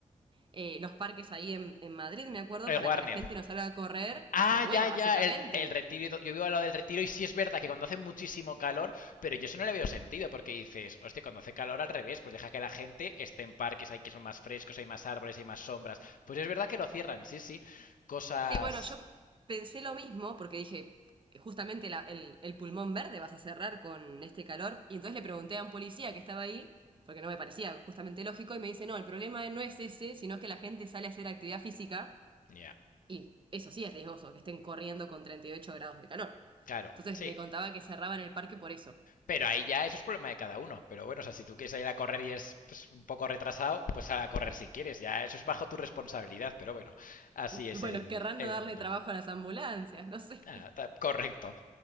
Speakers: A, on the right; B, on the left.
A: eh, los parques ahí en, en Madrid, me acuerdo,
B: Eh,
A: para
B: Warner,
A: que la gente no salga a correr
B: Ah,
A: y se muera,
B: ya, ya,
A: básicamente.
B: el, el retiro. Yo vivo al lado del retiro y sí es verdad que cuando hace muchísimo calor, pero yo eso no le veo sentido porque dices, hostia, cuando hace calor al revés, pues deja que la gente esté en parques, hay que son más frescos, hay más árboles, hay más sombras. Pues es verdad que lo cierran, sí, sí. Cosas.
A: Sí, bueno, yo p- pensé lo mismo porque dije, eh, justamente la- el, el pulmón verde vas a cerrar con este calor. Y entonces le pregunté a un policía que estaba ahí, porque no me parecía justamente lógico, y me dice, no, el problema no es ese, sino es que la gente sale a hacer actividad física
B: Ya,
A: y eso sí es riesgoso, que estén corriendo con 38 grados de calor.
B: claro,
A: Entonces
B: sí.
A: me contaba que cerraban el parque por eso. <laughs>
B: Pero ahí ya eso es problema de cada uno. Pero bueno, o sea, si tú quieres ir a correr y es pues, un poco retrasado, pues sal a correr si quieres. Ya eso es bajo tu responsabilidad, pero bueno, así es
A: Bueno,
B: el,
A: querrán
B: el
A: no darle
B: mundo.
A: trabajo a las ambulancias, no sé.
B: Ah, ta- correcto.